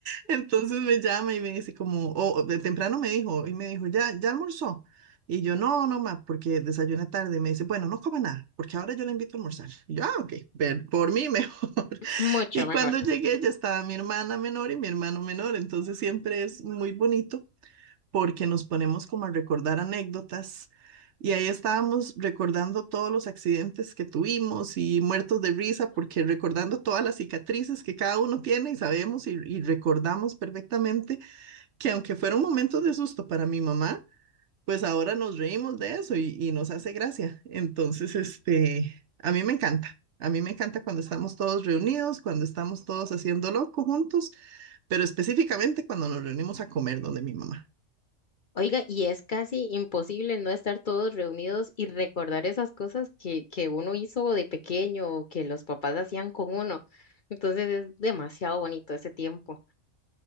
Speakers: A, on the right; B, on the left.
A: entonces me llama y me dice como, o de temprano me dijo, y me dijo, ¿ya, ya almorzó? Y yo, no, no, ma, porque desayuné tarde. Y me dice, bueno, no coma nada, porque ahora yo la invito a almorzar. Y yo, ah, ok, ver- por mí <laughs> mejor.
B: Mucho
A: Y
B: mejor.
A: cuando llegué ya estaba mi hermana menor y mi hermano menor, entonces siempre es muy bonito porque nos ponemos como a recordar anécdotas y ahí estábamos recordando todos los accidentes que tuvimos y muertos de risa porque recordando todas las cicatrices que cada uno tiene y sabemos y, y recordamos perfectamente que aunque fueron momentos de susto para mi mamá, pues ahora nos reímos de eso y, y nos hace gracia. Entonces, este, a mí me encanta. A mí me encanta cuando estamos todos reunidos, cuando estamos todos haciendo loco juntos, pero específicamente cuando nos reunimos a comer donde mi mamá.
B: Oiga, y es casi imposible no estar todos reunidos y recordar esas cosas que, que uno hizo de pequeño o que los papás hacían con uno. Entonces es demasiado bonito ese tiempo.